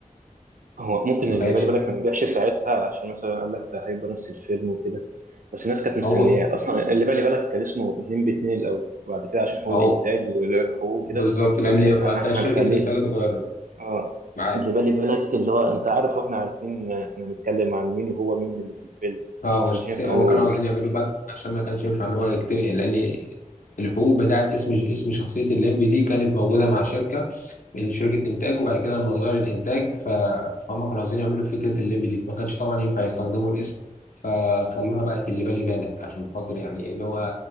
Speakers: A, on the right; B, on the left.
A: هو ممكن
B: ما
A: اللي
B: كانتش
A: بالي بالك ما نبيعش ساعتها عشان مثلا قال لك ده هيبقى نفس الفيلم وكده بس الناس كانت مستنياه
B: هو
A: اصلا اللي بالي بالك كان اسمه الليمبي 2 الاول وبعد كده عشان حقوق
B: هو
A: الانتاج والحقوق وكده
B: بالظبط لان
A: قال لك احنا
B: وقتها شركه
A: هنخليه
B: الانتاج اتغيرت
A: اه
B: معاك
A: اللي بالي بالك اللي هو انت عارف واحنا عارفين احنا هنتكلم عن مين وهو مين اللي في الفيلم
B: اه
A: بس
B: هو شخصيا
A: مش هينفع
B: هو
A: نقول
B: كانوا عاوزين يعملوا بد عشان ما كانش ينفع ان هو يكتب يعني لان الحقوق بتاعت اسم اسم شخصيه الليمبي دي كانت موجوده مع شركه شركه انتاج وبعد كده لما اتغير الانتاج ف... فهم كانوا عاوزين يعملوا فكره الليمبي دي فما كانش طبعا ينفع يستخدموا الاسم فخلوها بقت اللي بالي بالك عشان خاطر يعني اللي هو